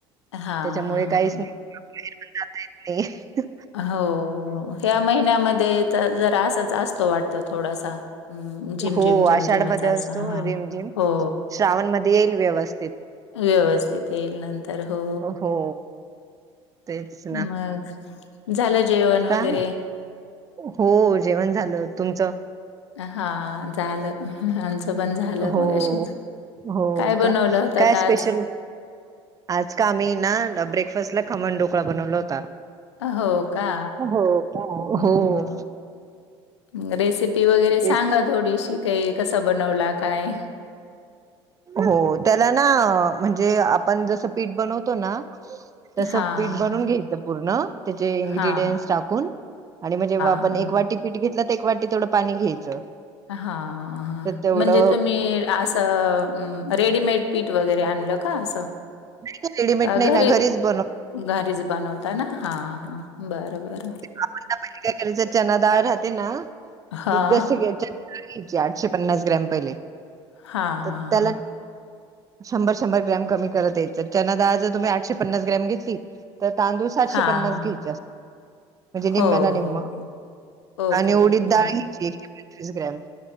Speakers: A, on the left; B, on the right.
A: हां,
B: त्याच्यामुळे...
A: हां,
B: काहीच
A: हां.
B: नाई... बाहेरं पण... जाता येत नाई
A: हो... ह्या महिन्यामध्ये... तर जरा, असाच असतो वाटतं थोडासा हम्म... झिम
B: हो
A: झिम... झिम
B: आषाढ
A: झिमच
B: मध्ये
A: असा...
B: असतो
A: हा...
B: रिमझिम
A: हो
B: श्रावण मध्ये येईल व्यवस्थित
A: व्यवस्थित येईल... नंतर हो
B: हो तेच ना
A: मग... झालं जेवण
B: काय
A: वगैरे
B: हो... जेवण झालं.. तुमचं?
A: हा... झालं.. हं हं... आमचं पण झालं
B: हो
A: मगाशीच...
B: हो
A: काय बनवलं
B: का
A: होतं
B: काय
A: आता
B: स्पेशल
A: आज?
B: आज का... आम्ही ना... ब्रेकफास्टला खमण डोकळा बनवला होता
A: हो.. का...
B: हो का
A: हम्म...
B: हो
A: ब रेसिपी वगैरे सांगा
B: तेच.
A: थोडीशी काही कस बनवला काय?
B: हो त्याला ना म्हणजे आपण जस पीठ बनवतो ना. तसं
A: हां,
B: पीठ बनून
A: हां.
B: घ्यायचं पूर्ण त्याचे इन्ग्रीडियंट्स
A: हां,
B: टाकून आणि म्हणजे्हा आपण
A: हां.
B: एक वाटी पीठ घेतलं तर एक वाटी तेथोडं पाणी घ्यायचं.
A: हा
B: तर तेवढं
A: म्हणजे तुम्ही असं रेडीमेड पीठ वगैरे आणलं का? असं.
B: नाही नाही रेडीमेट
A: का घरी
B: नाही ना घरीच बन
A: घरीच बनवता ना हां हां बरं बरं.
B: आपण काय पहिला काय करायच चना डाळ राहते ना
A: हां.
B: ती जशी घ्याय. डाळ घ्यायची आठशे पन्नास ग्रॅम पहिले,
A: हां, हां,
B: तर त्याला.
A: हां.
B: शंभर-शंभर ग्रॅम कमी करत यायचं चना दाळ जे तुम्ही आठशे पन्नास ग्रॅम घेतली. तर तांदूळ सातशे
A: हां,
B: पन्नास
A: हां.
B: घ्यायचे असते. म्हणजे निम्म्याला
A: हो,
B: निम्म
A: हो, हो. ओके,
B: आणि उडीत
A: ओके.
B: डाळ घ्यायची एकशे पंचवीस ग्रॅम.